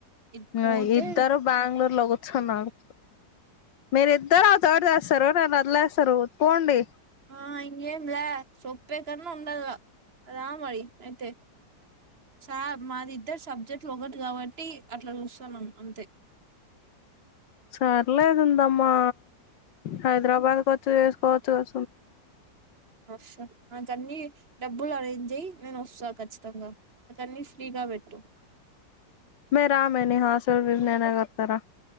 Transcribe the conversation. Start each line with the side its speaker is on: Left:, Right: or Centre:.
Right: ఇది పోతే
Left: ఆ ఇద్దరు బెంగళూరులో కూర్చున్నారు మీరు ఇద్దరు ఆ థర్డ్ చేస్తారు నన్ను అదిలేస్తారు పోండి
Right: ఆ ఇంగేంలే సొప్పే కన్నా ఉండదు రా మరి అయితే సార్ మాదిద్దరు సబ్జెక్ట్లు ఒకటి కాబట్టి అట్లా చూస్తున్నాం అంతే
Left: సర్లేదుందమ్మా హైదరాబాద్కి వచ్చి చేసుకోవచ్చు <inaudible>
Right: వస్తా నాకన్నీ డబ్బులు అరేంజ్ చేయ్ నేను వస్తా ఖచ్చితంగా నాకాన్ని ఫ్రీ గా పెట్టు
Left: మే రామె నీ హాస్టెల్ విన్ నైనాక వతారా